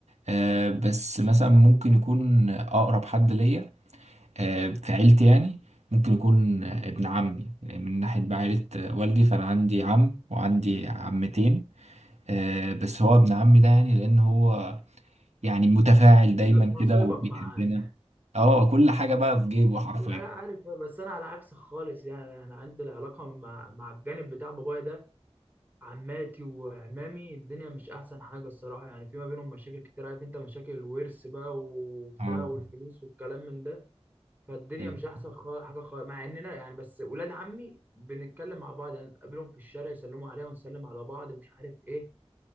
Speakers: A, on the right; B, on the right.
A: أه بس مثلا ممكن يكون اقرب حد ليا آه، في عيلتي يعني ممكن يكون آه، ابن عمي يعني من ناحية بقى عيلة آه، والدي فأنا عندي عم وعندي عمتين آه، بس هو ابن عمي ده يعني لأن هو يعني متفاعل
B: مص-
A: دايما
B: مصايبك
A: كده وبيحبنا
B: معاه
A: اه كل حاجة بقى في جيبه حرفيا
B: انا عارف بس انا على عكسك خالص يعني انا عندي العلاقه مع مع الجانب بتاع بابايا ده عماتي وعمامي الدنيا مش احسن حاجه الصراحه يعني في ما بينهم مشاكل كتير عارف انت مشاكل الورث بقى وبتاع
A: اه
B: والفلوس والكلام من ده فالدنيا
A: ايوه
B: مش احسن خالص حاجه خالص مع اننا يعني بس ولاد عمي بنتكلم مع بعض يعني نتقابلهم في الشارع يسلموا عليا ونسلم على بعض مش عارف ايه